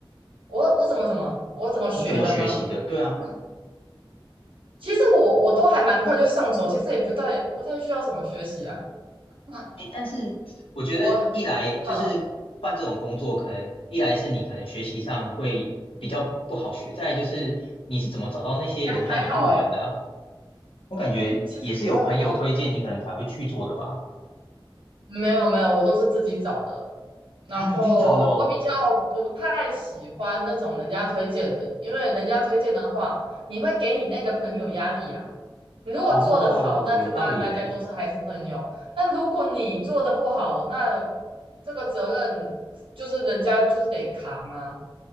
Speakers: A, on the right; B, on the left.
A: 我我怎么怎么我怎么学的吗？
B: 你怎么学习的？对啊，
A: 嗯，其实我我都还蛮快就上手，其实也不太不太需要什么学习啊。嗯
B: 诶，但是我觉得一来就是换这种工作，
A: 我嗯
B: 可能一来是你可能学习上会比较不好学，再来就是你是怎么找到那些人带你入门的啊？
A: 还还好诶，
B: 我感觉也是有朋友推荐你，
A: 其实不用
B: 可能才会去做的吧。
A: 没有没有，我都是自己找的。然后我比较不太喜欢那种人家推荐的，
B: 啊，你自己找的哦。
A: 因为人家推荐的话，你会给你那个朋友压力呀、你如果做得好，
B: 哦，
A: 那就当然大家都是还是朋友。
B: 有道理耶。
A: 但如果你做的不好，那这个责任就是人家就是得扛啊。